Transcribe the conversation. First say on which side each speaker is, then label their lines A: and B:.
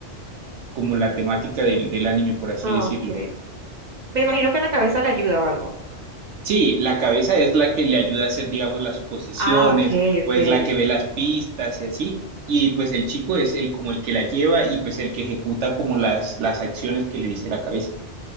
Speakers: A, on the right; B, on the right.
A: como la temática del, del anime, por así
B: Ah,
A: decirlo.
B: ok. Me imagino que la cabeza le ayuda o algo.
A: Sí, la cabeza es la que le ayuda a hacer, digamos, las suposiciones
B: Ah, ok, ok.
A: o es la que ve las pistas y así. Y pues el chico es el como el que la lleva y pues el que ejecuta como las, las acciones que le dice la cabeza.